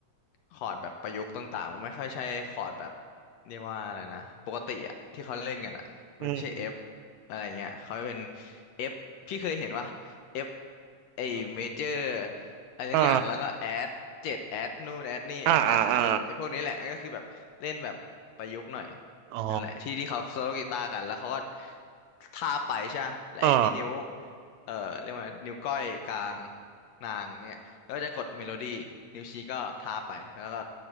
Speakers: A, on the left; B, on the right.
A: คอร์ดแบบประยุกต์ต่างๆมันไม่ค่อยใช่คอร์ดแบบเรียกว่าอะไรนะปกติอะที่เขาเล่นกันอะมันไม่ใช่
B: อืม
A: F อะไรเงี้ยเขาเป็น F พี่เคยเห็นว่า F ไอเมเจอร์อะไรทุกอย่างแล้วก็แอดเจ็ดแอดนู่นแอดนี่แอดนั่นอะเออไอพวกนี้แหละก็คือแบบเล่นแบบประยุกต์หน่อย
B: อ่าอ่าอ่าอ่า อ๋อ
A: นั่นแหละที่ที่เขาโซโลกีตาร์กันแล้วเขาก็ทาบไปใช่ปะแล้วไอนิ้ว
B: อ่า
A: เอ่อเรียกว่านิ้วก้อยกลางนางเนี่ย แล้วก็จะกดเมโลดี้นิ้วชี้ก็ทาไปแล้วก็